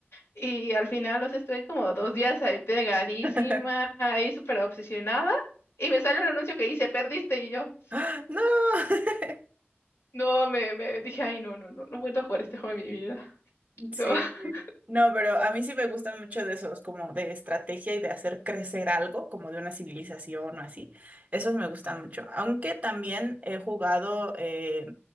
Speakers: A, on the left; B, on the right.
A: Y al final, los sea, estuve como dos días ahí pegadísima,
B: <laughs>
A: ahí súper obsesionada. Y me sale un anuncio que dice, perdiste. Y yo,
B: ¡Ah! ¡No! <laughs>
A: no, me, me dije, ay, no, no, no, no vuelvo a jugar este juego en mi vida. No.
B: Sí,
A: <laughs>
B: sí. No, pero a mí sí me gustan mucho de esos, como de estrategia y de hacer crecer algo, como de una civilización o así. Esos me gustan mucho. Aunque también he jugado eh,